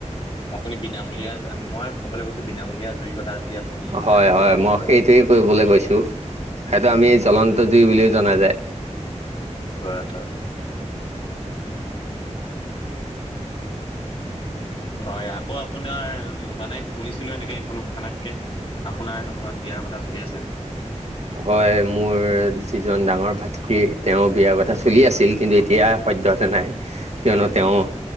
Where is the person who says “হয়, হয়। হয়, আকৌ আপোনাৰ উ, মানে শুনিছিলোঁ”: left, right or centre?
Left